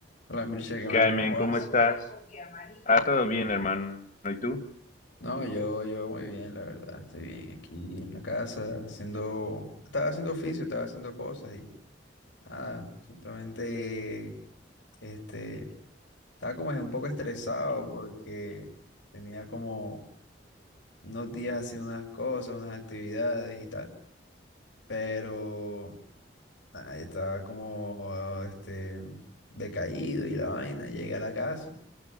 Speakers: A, on the left; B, on the left.
A: Hola Mircha, ¿qué más?
B: Carmen,
A: ¿Cómo
B: ¿cómo
A: vas?
B: estás? Ah, todo bien, hermano. ¿Y tú?
A: No, yo, yo muy bien, la verdad. Estoy bien aquí en la casa, haciendo, estaba haciendo oficio, estaba haciendo cosas y nada, simplemente, este, estaba como un poco estresado porque tenía como unos días haciendo unas cosas, unas actividades y tal, pero nada, estaba como, este, decaído y la vaina. Llegué a la casa.